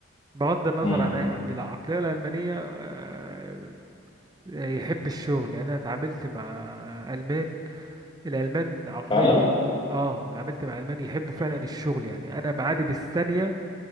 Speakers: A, on the right; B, on the left.
A: بغض النظر
B: امم
A: عن اي حد العقلية الألمانية آه، يحب الشغل يعني انا اتعاملت مع المان الالمان عقليه
B: فعلا
A: اه اتعاملت مع المان يحبوا فعلا
B: مم.
A: الشغل يعني انا معادي بالثانيه